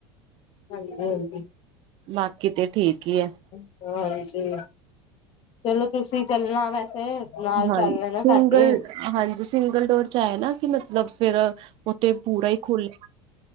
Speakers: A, on the left; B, on the right.
A: ਹਾਂਜੀ ਹਾਂਜੀ
B: ਬਾਕੀ ਤੇ ਠੀਕ ਹੀ ਹੈ
A: ਹ ਹਾਂਜੀ ਚਲੋ ਤੁਸੀਂ ਚੱਲਣਾ ਵੈਸੇ ਨਾਲ
B: ਹਾਂਜੀ
A: ਚੱਲ ਲੈਣਾ
B: ਸਿੰਗਲ
A: ਸਾਡੇ
B: ਹਾਂਜੀ ਸਿੰਗਲ ਡੋਰ ਚ ਆਏ ਨਾ ਕਿ ਮਤਲਬ ਫੇਰ ਉੱਥੇ ਪੂਰਾ ਹੀ ਖੁੱਲ